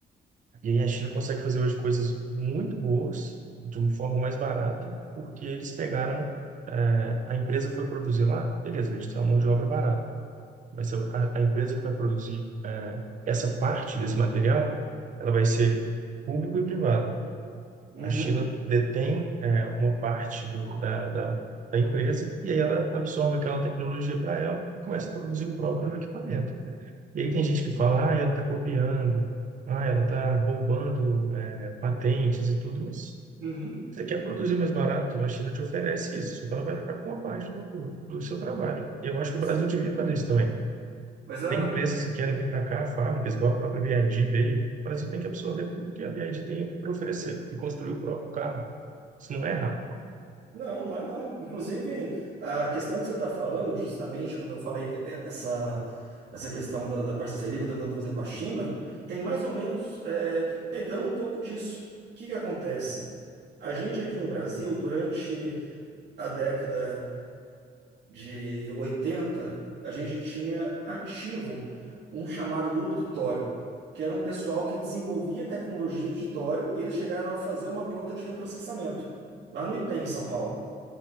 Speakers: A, on the right; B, on the right.
A: E aí a China consegue fazer hoje coisas muito boas, de uma forma mais barata, porque eles pegaram, a empresa foi produzir lá, beleza, a gente tem uma mão de obra barata. vai ser a, a empresa que vai produzir eh, essa parte desse material, ela vai ser público e privado.
B: uhum,
A: A China detém eh, uma parte do, da, da, da empresa e aí ela absorve aquela tecnologia para ela e começa a produzir o próprio equipamento. E aí tem gente que fala, ah, ela está copiando, ah, ela está roubando eh, patentes e tudo, mas
B: uhum.
A: você quer produzir mais barato, a China te oferece isso, só que ela vai ficar com uma parte do, do seu trabalho. E eu acho que
B: Isso,
A: o Brasil
B: é.
A: devia fazer isso também.
B: Mas a.
A: Tem empresas que querem vir para cá, fábricas, igual a própria BYD veio. O Brasil tem que absorver tudo que a BYD tem para oferecer e construir o próprio carro. Isso não é errado.
B: Não, não é não. Inclusive, a questão que você está falando, justamente quando eu falei que é- essa, essa questão da, da parceria que eu estou tentando fazer com a China, tem mais ou menos é, pegando um pouco disso. O que que acontece? A gente aqui no Brasil, durante a década de 80, a gente tinha ativo um chamado Grupo do Tório, que era um pessoal que desenvolvia tecnologia de tório e eles chegaram a fazer uma planta de reprocessamento, lá no IPEM, em São Paulo.